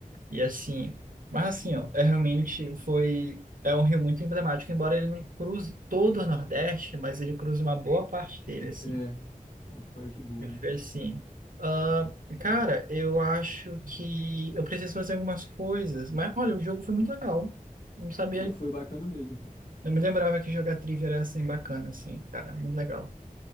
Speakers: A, on the right; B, on the left.
A: E assim, mas assim, ó, é realmente foi, é um rio muito emblemático, embora ele não cruze todo o Nordeste, mas ele cruza uma boa parte dele, assim.
B: É, uma parte boa,
A: Eu fiquei
B: né?
A: assim, ah, cara, eu acho que eu preciso fazer algumas coisas, mas olha, o jogo foi muito legal. Não sabia,
B: Não, foi bacana mesmo, cara.
A: não me lembrava que jogar trivia era assim bacana, assim, cara, muito legal.